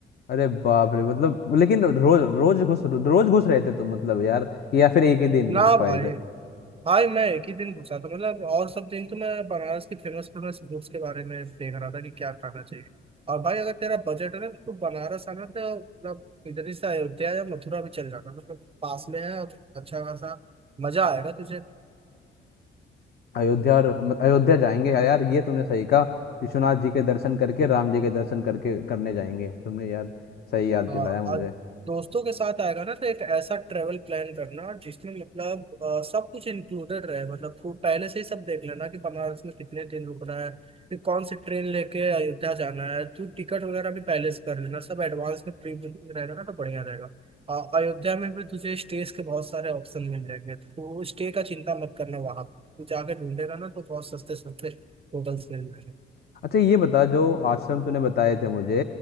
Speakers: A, on the left (about 50°); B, on the right (about 30°).
A: अरे बाप रे मतलब लेकिन रोज रोज घुस रोज घुस रहे थे तुम मतलब यार या फिर एक ही दिन घुस
B: ना भाई
A: पाए थे
B: हाँ मैं एक ही दिन पूछा था मतलब और सब दिन तो मैं बनारस की फेमस फेमस फूड्स के बारे में देख रहा था कि क्या खाना चाहिए और भाई अगर तेरा बजट है ना तो बनारस आना तो मतलब इधर ही से अयोध्या या मथुरा भी चल जाना मतलब पास में है और अच्छा खासा मजा आएगा तुझे
A: अयोध्या और मत- अयोध्या जाएंगे यार यार ये तुमने सही कहा विश्वनाथ जी के दर्शन करके राम जी के दर्शन करके करने जाएंगे तुमने यार सही याद
B: हाँ
A: दिलाया मुझे
B: और दोस्तों के साथ आएगा ना तो एक ऐसा ट्रेवल प्लान करना जिसमें मतलब अ, सब कुछ इंक्लूडेड रहे मतलब खूब पहले से ही सब देख लेना कि बनारस में कितने दिन रुकना है फिर कौन सी ट्रेन लेके अयोध्या जाना है तो टिकट वगैरह भी पहले से कर लेना सब एडवांस में प्री बुकिंग रहेगा ना तो बढ़िया रहेगा अ, अयोध्या में भी तुझे स्टेज के बहुत सारे ऑप्शन मिल जाएंगे तो स्टे का चिंता मत करना वहां पे तू जाके ढूंढेगा ना तो बहुत सस्ते सस्ते होटल्स मिल जाएंगे
A: अच्छा ये बता जो आश्रम तूने बताए थे मुझे